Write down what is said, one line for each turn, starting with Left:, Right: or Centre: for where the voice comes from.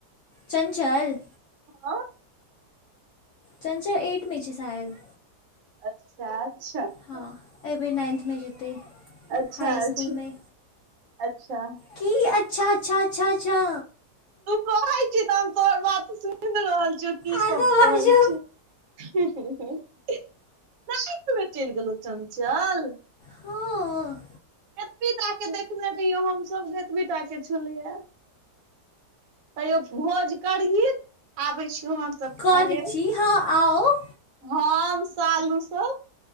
Left: चंचल
Right: हँ
Left: चंचल एट मे छै सायद
Right: अच्छा अच्छा अच्छा
Left: हँ एहि बेेर नाइन्थमे जेतै
Right: अच्छा
Left: हाई
Right: अच्छा
Left: इसकुलमे
Right: अच्छा
Left: की अच्छा अच्छा अच्छा छा
Right: तू कहै छी तऽ हम तोहर बात सुनि रहल छियौ की
Left: आगाँ
Right: सब
Left: बाजू
Right: कहै छी नाइन्थमे चलि गेलौ चंचल
Left: हँ
Right: एतेटाके देखने रहियौ हमसभ गै एतबेटाके छलैये कहियो भोज करही आबै छियौ हमसभ
Left: करै
Right: खे लेल
Left: छी हँ आउ
Right: हम सालू सब